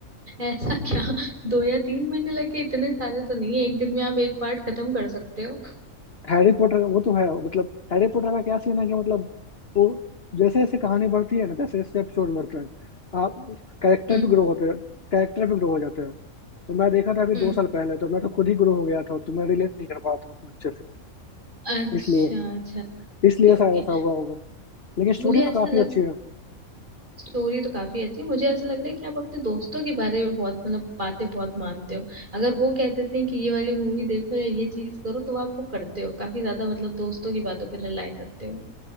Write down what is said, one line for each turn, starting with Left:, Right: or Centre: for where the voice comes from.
Right: ऐसा क्या <laughs> दो या तीन महीने लगे इतने सारे तो नहीं है एक दिन में आप एक पार्ट खत्म कर सकते हो
Left: हैरी पॉटर वो तो है मतलब हैरी पॉटर का क्या सीन है कि मतलब वो जैसे जैसे कहानी बढ़ती है ना जैसे जैसे एपिसोड बढ़ते हैं आप कैरेक्टर
Right: हम्म
Left: भी ग्रो होते हैं कैरेक्टर भी ग्रो हो जाते हैं तो मैं देखा था अभी
Right: हम्म
Left: दो साल पहले तो मैं तो खुद ही ग्रो हो गया था तो मैं रिलेट नहीं कर पाया था उतने अच्छे से
Right: अच्छा
Left: इसलिए
Right: अच्छा Okay
Left: इसलिए ऐसा
Right: okay
Left: ऐसा हुआ होगा लेकिन स्टोरी
Right: मुझे
Left: तो
Right: ऐसा
Left: काफी
Right: लग
Left: अच्छी है
Right: स्टोरी तो काफी अच्छी है। मुझे ऐसा लग रहा है कि आप अपने दोस्तों के बारे में बहुत मतलब बातें बहुत मानते हो अगर वो कह देते हैं कि ये वाली मूवी देखो या ये चीज करो तो आप वो करते हो काफी ज्यादा मतलब दोस्तों की बातों पर रिलाई करते हो